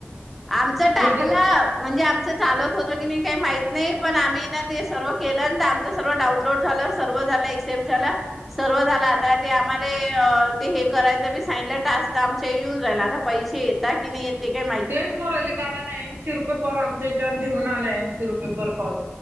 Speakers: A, in the centre; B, on the right.
A: आमचं टाकलं
B: गुजर
A: म्हणजे आमचं चालत होत की नाही काही माहित नाही पण आम्ही ना ते सर्व केलंंत आमच सर्व डाऊनलोड झाल सर्व झालं एक्सेप्ट झालं सर्व झालं आता ते आम्हाले ते हे करायचं बी सांगितलं टास्त आमच्या येऊन राहिला आता पैसे येतात की नाही येते ते काय
B: तेच मोरले कारण ऐंशी रुपये पर आमच्या याच्यावर लिहून आलं ऐंशी रुपये पर कॉल